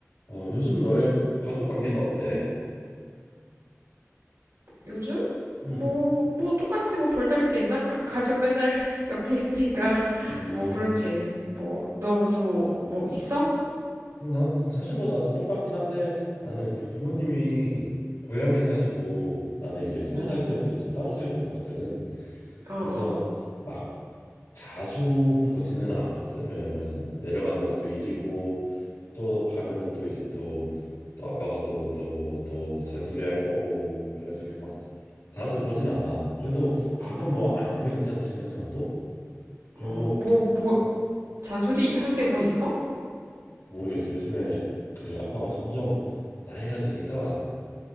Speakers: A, on the left; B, on the right.
A: 어, 요즘 너의 가족 관계는 어때?
B: 요즘?
A: 음,
B: 뭐, 뭐, 똑같지 뭐 별다를 게 있나? 가, 가족 맨날 <laughs> 옆에 있으니까. <laughs>
A: 음,
B: 뭐, 그렇지. 뭐, 너 오늘 뭐, 뭐 있어?
A: 나 사실 뭐 나도 똑같긴 한데 나는 그 부모님이 고향에 사시고 나는 이제 스무
B: 응,
A: 살 때부터 이제 따로 살고 있거든.
B: 어,
A: 그래서
B: 어,
A: 막 자주 보지는 않거든. 왜냐면은 내려가는 것도 일이고 또 가면은 또 이제 또 또 아빠가 또 또 또 잔소리 할 거고 그래가지고 막 자주 보진 않아. 그래도 가끔
B: 어,
A: 뭐 안부 인사 드리는 정도? 그리고
B: 어, 뭐, 뭐, 잔소리 할 게 뭐 있어?
A: 모르겠어요. 요즘에 그 아빠가 점점 나이가 드니까